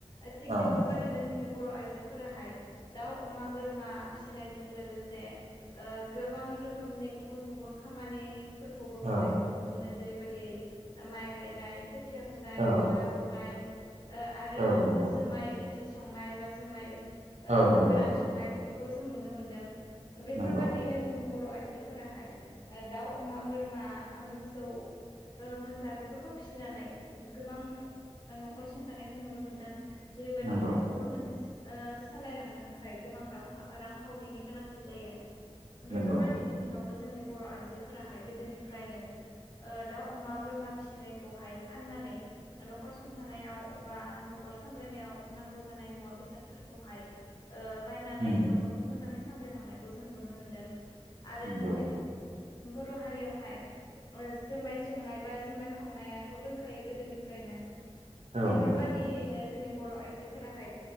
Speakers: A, on the left (about 40°); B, on the right (about 80°).
A: ओथिग
B: औ
A: बेफोर
B: नंगौ
A: बादिनो जोंनि बर' आइजोफोराहाय दाव, अमा, बोरमा फिसिनायजों लोगोसे से ओ गोबां रोखोमनि गुबुन गुबुन खामानि फोरखौबो
B: औ
A: मावनायखौ नुनो मोनो जेरैबादियै माइ गायनाय खोथिया फुनाय
B: औ
A: बा ना गुरनाय ओ आरो
B: औ नंगौ
A: जोमाय गिसि संनाय बा जोमाय ओ
B: औ नंगौ
A: गोरान संनाय बे फोरखौ जों नुनो मोनदों बेफोरबादियैनो
B: नंगौ
A: जोंङो बर' आइजोफोराहाय ओ दाउ अमा बोरमा ओ मोसौ ओ मोसा बेफोरखौ फिसिनानै गोबां ओ न'खर संथानायखौ नुनो मोनदों जेरैबादिहाय
B: नंगौ
A: न'खर मोनसे ओ सालायलांनो थाखाय गोबां रावखा रांखावरिनि गोनां थि जायो
B: नंगौ
A: बेफोरबादि बिथिङावबो जोंनि बर' आइजोफोराहाय गोदोनिफ्रायनो ओ दाउ अमा बोरमा फिसिनायखौहाय फाननानै न'खर संथानायाव बा न'खर सामलायनायाव नांगौ जानाय मुवा बेसादफोरखौहाय ओ बायनानै
B: नंगौ
A: न'खरखौ मोजाङै सामलायलांनायखौ जों नुनो मोनदों । आरो
B: नंगौ
A: जोंनि बर' हारियावहाय ओ जोमाय संनाय बा जोमाय खावनायाथ' दंखायो गोदोनिफ्रायनो
B: औ
A: बेफोरबादियैनो
B: नंगौ
A: जोंनि बर' आइजोफोराहाय